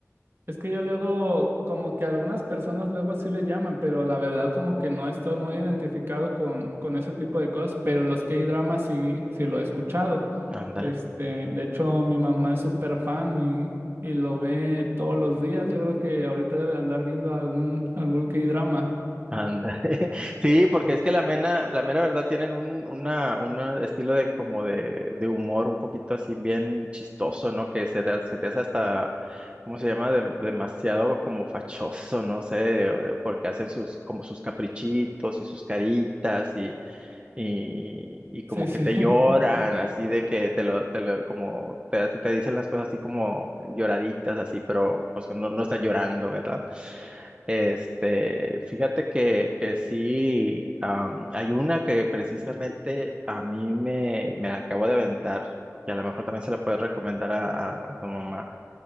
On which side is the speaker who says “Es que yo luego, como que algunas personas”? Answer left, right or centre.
Right